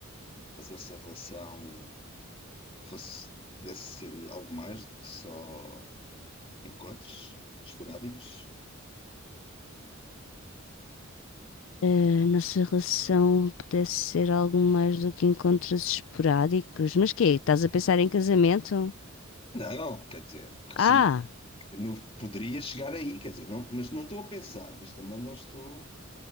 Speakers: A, on the left (about 25°); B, on the left (about 65°).
A: a nossa relação fosse, pudesse ser algo mais do que só encontros esporádicos?
B: A nossa relação pudesse ser algo mais do que encontros esporádicos, mas quê? Estás a pensar em casamento?
A: Não, quer dizer, que
B: Ah,
A: sim, não poderia chegar aí, quer dizer, não, mas não estou a pensar, mas também não estou.